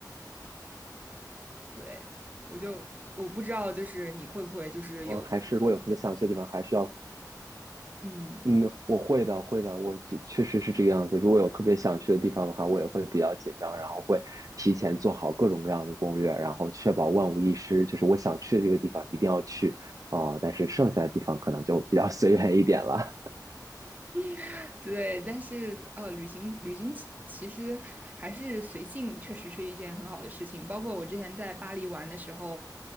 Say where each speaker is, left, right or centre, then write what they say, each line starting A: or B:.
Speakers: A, on the right (about 25°); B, on the right (about 50°).
A: 对，我就我不知道，就是你会不会就是有
B: 嗯，还是如果有特别想去的地方，还是要
A: 嗯。
B: 嗯，我会的，会的，我这确实是这个样子。如果有特别想去的地方的话，我也会比较紧张，然后会提前做好各种各样的攻略，然后确保万无一失。就是我想去的这个地方一定要去哦，但是剩下的地方可能就比较 <laughs> 随缘一点了。
A: <laughs> 对，但是呃，旅行旅行其其实还是随性，确实是一件很好的事情。包括我之前在巴黎玩的时候，